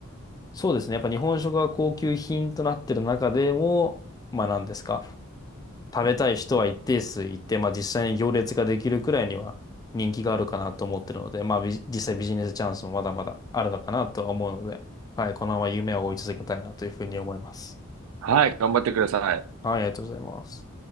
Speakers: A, on the left; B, on the right.
A: そうですね。やっぱ日本食が高級品となってる中でも、まあ何ですか。食べたい人は一定数いて、まあ実際に行列ができるくらいには人気があるかなと思ってるので、まあビ実際ビジネスチャンスもまだまだあるのかなとは思うので、はい、このまま夢を追い続けたいなというふうに思います。
B: はい。頑張ってください。
A: はい、ありがとうございます。